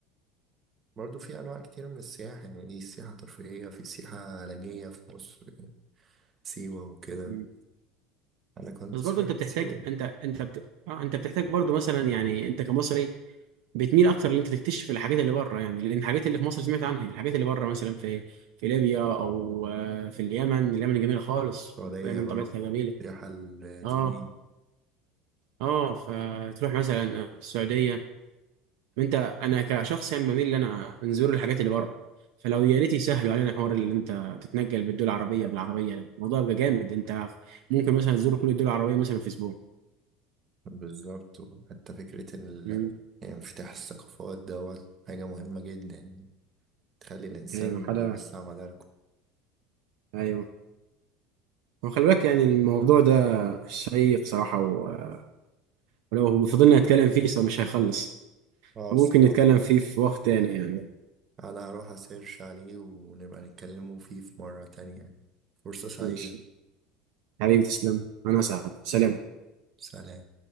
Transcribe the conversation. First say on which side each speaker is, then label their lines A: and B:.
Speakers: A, on the right (about 40°); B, on the right (about 70°).
A: برضه في انواع كتير من السياحة يعني دي سياحة ترفيهية في سياحة علاجية في مصر سيوة وكده
B: مم.
A: انا كنت
B: بس برضو
A: سافرت
B: انت بتحتاج
A: سيوة
B: انت انت بت... اه انت بتحتاج برضو مثلا يعني انت كمصري بتميل اكتر ان انت تكتشف الحاجات اللي بره يعني لان الحاجات اللي في مصر سمعت عنها الحاجات اللي بره مثلا في في ليبيا او آه، في اليمن اليمن جميله خالص
A: السعودية
B: اليمن
A: برضه
B: طبيعتها جميله
A: السياحة الدينية
B: اه اه فتروح مثلا السعوديه انت انا كشخص يعني بميل ان انا نزور الحاجات اللي بره فلو يا ريت يسهلوا علينا حوار اللي انت تتنقل بالدول العربيه بالعربيه ده الموضوع يبقى جامد انت ممكن مثلا تزور كل الدول العربيه مثلا في اسبوع
A: بالظبط وحتى فكرة ال...
B: مم.
A: يعني انفتاح الثقافات دوت حاجة مهمة جدا يعني تخلي الإنسان
B: ايوه حدا
A: بيوسع مداركه
B: ايوه وخلي بالك يعني الموضوع ده شيق صراحة و- ولو فضلنا نتكلم فيه صراحة مش هيخلص
A: اه
B: فممكن
A: الصراحة
B: نتكلم فيه في وقت تاني يعني
A: أنا هروح أسيرش عليه ونبقى نتكلموا فيه في مرة تانية فرصة سعيدة
B: ماشي. حبيبي تسلم أنا سعد سلام
A: سلام